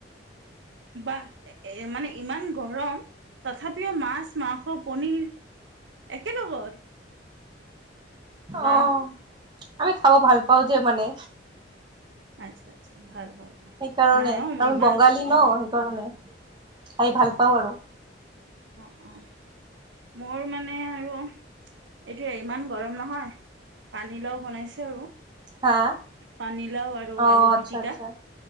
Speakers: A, on the right; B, on the right.
A: বাহঃএ মানে ইমান গৰম তথাপিও মাছ। মাছ মাংস পনীৰ একেলগত। বাহ
B: অ আমি খাব ভাল পাওঁ যে মানে
A: আচ্ছা আচ্ছা ভাল ভাল। ভাল
B: সেইকাৰণে
A: নাই অঁ মই
B: আমি
A: ইমান
B: বঙালী
A: অঁ
B: ন
A: অঁ
B: সেইকাৰণে। খাই
A: আচ্ছা
B: ভাল
A: আচ্ছা
B: পাওঁ আৰু।
A: অঁ অঁ মোৰ মানে আৰু এইটোয় ইমান গৰম নহয় পানীলাও বনাইছে আৰু।
B: হা
A: পানীলাও আৰু
B: অ
A: আলু
B: আচ্ছা
A: পিটিকা।
B: আচ্ছা